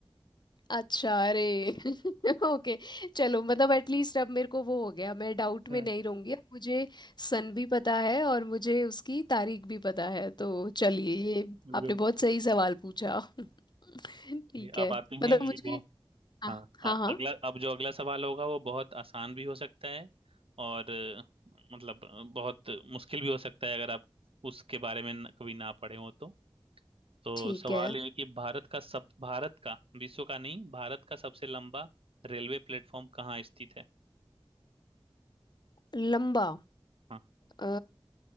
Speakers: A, on the left (about 50°); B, on the right (about 75°).
A: अच्छा अरे <laughs> ओके चलो मतलब एटलीस्ट अब मेरे को वो हो गया मैं डाउट में
B: बिल्कुल
A: नहीं रहूंगी अब मुझे सन भी पता है और मुझे उसकी तारीख भी पता है तो चलिए ये
B: बिल्कुल
A: आपने बहुत सही सवाल पूछा <laughs> ठीक
B: चलिए
A: है
B: अब आते
A: मतलब
B: हैं ये
A: मुझे
B: बहुत
A: हाँ
B: हाँ
A: हाँ
B: अ-
A: हाँ,
B: अगला अब जो अगला सवाल होगा वो बहुत आसान भी हो सकता है और अ, मतलब अ, बहुत मुश्किल भी हो सकता है अगर आप उसके बारे में न- कभी ना पढ़े हो तो तो
A: ठीक
B: सवाल
A: है
B: यह है कि भारत का सब भारत का विश्व का नहीं भारत का सबसे लंबा रेलवे प्लेटफॉर्म कहाँ स्थित है
A: लंबा
B: हाँ
A: अ,